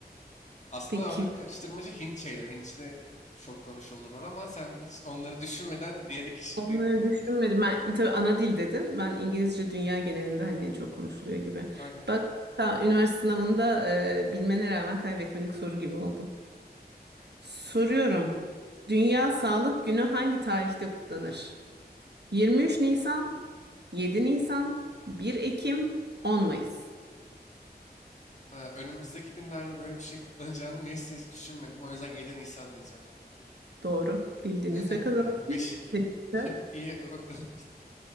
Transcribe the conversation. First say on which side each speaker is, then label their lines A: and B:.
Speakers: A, on the left; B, on the right.
A: Aslında
B: Peki.
A: orada karıştırmacı Hint şeyleri. Hintçi de çok konuşuldular ama sen hiç onları <laughs> düşünmeden diğer iki şıkka
B: Onları
A: gittin.
B: düşünmedim. Ben tabii ana dil dedin. Ben İngilizce dünya genelinde hani en çok konuşuluyor gibi.
A: Aynen.
B: Bak, ta üniversite sınavında e, bilmene rağmen kaybetmelik soru gibi oldu. Soruyorum. Dünya Sağlık Günü hangi tarihte kutlanır? 23 Nisan, 7 Nisan, 1 Ekim, 10 Mayıs.
A: Ha, önümüzdeki günlerde böyle bir şey kutlanacağını neyse hiç düşünmedim. O yüzden 7 Nisan diyeceğim.
B: Doğru. Bildiniz
A: <laughs>
B: ve kazandınız.
A: 5-2.
B: Tebrikler.
A: <laughs> İyi bakalım.